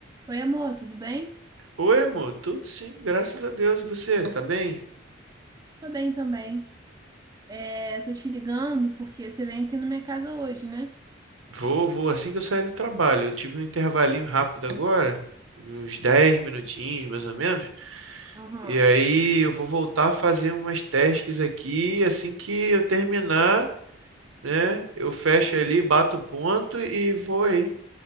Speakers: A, on the right; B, on the right.
A: Oi, amor, tudo bem?
B: Oi, amor, tudo sim, graças a Deus. E você, tá bem?
A: Tô bem também. É, tô te ligando porque você vem aqui na minha casa hoje, né?
B: Vou, vou, assim que eu sair do trabalho. Eu tive um intervalinho rápido agora, de uns 10 minutinhos, mais ou menos.
A: Aham.
B: E aí eu vou voltar a fazer umas tasks aqui. Assim que eu terminar, né? Eu fecho ali, bato o ponto e vou aí.